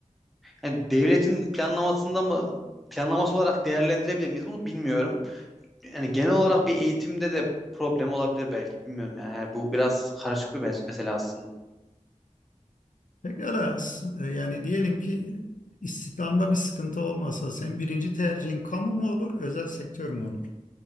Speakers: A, in the centre; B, on the left.
A: Yani devletin planlamasında mı planlaması olarak değerlendirebilir miyiz? Bunu bilmiyorum. Yani genel olarak bir eğitimde de problem olabilir belki. Bilmiyorum yani. Yani bu biraz karışık bir mes- mesele aslında.
B: Pekala, s- e, yani diyelim ki istihdamda bir sıkıntı olmasa senin birinci tercihin kamu mu olur, özel sektör mü olur?